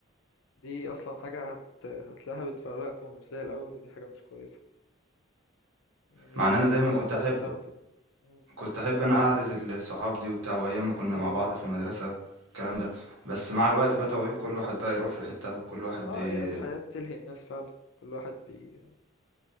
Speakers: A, on the left; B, on the right.
A: دي أصلا حاجة هت... هتلاقيها بتفرقكم مش زي الأول ودي حاجة مش كويسة يعني
B: مع
A: هتلاقي
B: ان انا
A: الناس
B: دايما
A: بقى
B: كنت
A: بدأت
B: احب
A: تاخده مم.
B: كنت احب انا قعدة الصحاب دي وبتاع وايام ما كنا
A: أيوه
B: مع بعض
A: أيوه
B: في المدرسة الكلام ده بس مع الوقت بدأوا ايه كل واحد بقى يروح في حتة وكل واحد
A: اه
B: بي...
A: هي الحياة بتلهي الناس فعلا كل واحد بي